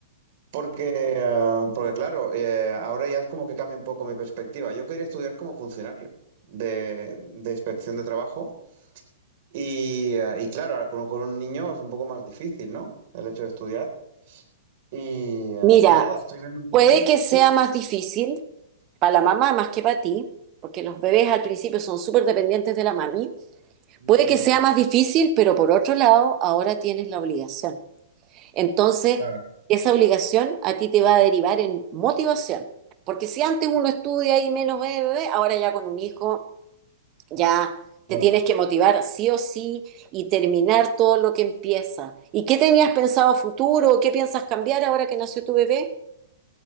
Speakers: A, on the right; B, on the right.
A: porque, eh, porque claro, eh, ahora ya es como que cambia un poco mi perspectiva. Yo quería estudiar como funcionario de, de inspección de trabajo y, eh, y claro, ahora con, con un niño es un poco más difícil, ¿no? El hecho de estudiar. Y, ah,
B: Mira,
A: y nada, estoy viendo un poco.
B: puede que sea
A: Sí,
B: más difícil para la mamá más que para ti, porque los bebés al principio son súper dependientes de la mami. Puede
A: eso
B: que sea
A: sí,
B: más difícil, pero por otro lado, ahora tienes la obligación. Entonces,
A: claro,
B: esa obligación a ti te va a derivar en motivación. Porque si antes uno estudia y menos bebé, bebé, ahora ya con un hijo ya
A: claro.
B: te tienes que motivar sí o sí y terminar todo lo que empieza. ¿Y qué tenías pensado a futuro? ¿Qué piensas cambiar ahora que nació tu bebé?